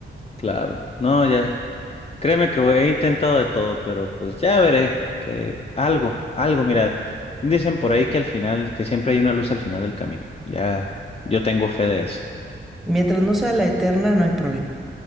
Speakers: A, on the left (about 30°); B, in the centre.
A: Claro. No, ya. Créeme que he intentado de todo, pero pues ya veré que algo, algo, mira, dicen por ahí que al final, que siempre hay una luz al final del camino. Ya, yo tengo fe de eso.
B: Mientras no sea la eterna, no hay problema.